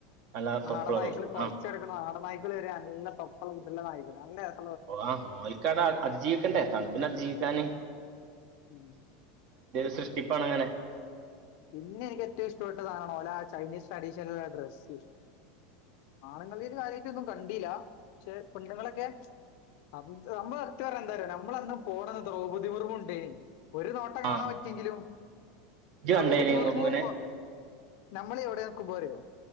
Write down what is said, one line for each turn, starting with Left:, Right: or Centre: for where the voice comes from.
Right: നല്ല
Left: നാടൻനായ്ക്കൾ
Right: തൊപ്പളറും
Left: കൊരച്ടുക്കുന്ന
Right: ആ
Left: നാടൻ നായിക്കൾ നല്ല തൊപ്പളം ഇട്ടുള്ള നായിക്കൾ <unintelligible>
Right: ഒ ആ ഓൽകത അ അതിജീവിക്കണ്ടേ തണുപ്പിന് അതിജീവിക്കാന്
Left: ഉം
Right: <unintelligible> അങ്ങനെ
Left: പിന്നെ <unintelligible> ചൈനീസ് ട്രഡീഷണിലുള്ള ഡ്രസ്സ് ആണുങ്ങളീല് കാര്യയിട്ടൊന്നും കണ്ടീല പഷേ പെണ്ണുങ്ങളൊക്കെ <unintelligible> എന്തായാലും നമ്മൾന്നും പോണന്ന് ദ്രൗപദി മുർമുണ്ടേ ഒരു നോട്ടം
Right: ആ
Left: കാണാൻ പറ്റിയെങ്കിലും
Right: ഇജ്ജ്
Left: ദ്രൗപതി
Right: കണ്ടേന്
Left: മുർമു
Right: മുർമുനെ
Left: ഒ നമ്മളി എവിടെ നിക്കുമ്പോരിയോ